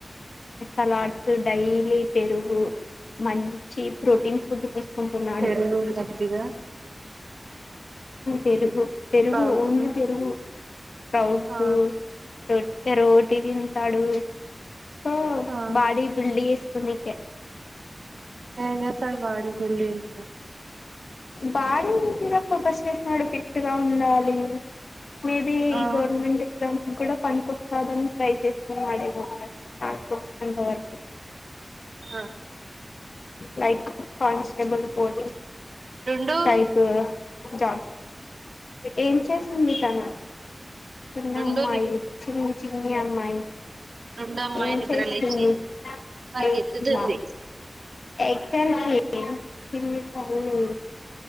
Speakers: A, on the left (about 85°); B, on the right (about 80°).
A: సలాడ్స్ డైలీ పెరుగు మంచి ప్రోటీన్ ఫుడ్డు తీసుకుంటున్నాడు
B: పెరుగు మజ్జిగ
A: పెరుగు పెరుగు
B: స్ప్రౌట్స్
A: ఓన్లీ పెరుగు స్కౌట్స్
B: ఆ
A: రొట్ట రోటి తింటాడు సో
B: ఆ
A: బాడీ ఎస్కునేకే
B: ఎంజేస్తాడు బాడీబిల్డింగ్ అంటే
A: బాడీ మీద ఫోకస్ చేసినాడు ఫిట్గా ఉండాలి మేబీ ఈ
B: ఆ
A: గవర్నమెంట్ ఎగ్జామ్స్ కూడా పనికొస్తా దాని ఫ్రై చేస్కునేవాడేమో వాడికి వచ్చినంత వరకు
B: ఆ
A: లైక్ <unintelligible> బల్ పోడీ
B: రెండు
A: టైపు జాబ్స్ ఏం చేస్తుంది తను చిన్న
B: రెండు
A: అమ్మాయి చిన్ని చిన్న అమ్మాయి
B: రెండొ అమ్మాయి
A: ఏం
B: నిద్ర
A: చేస్తుంది
B: లేచి పరిగెత్తుతుంది
A: లేచిందా <unintelligible> చిన్ని తల్లి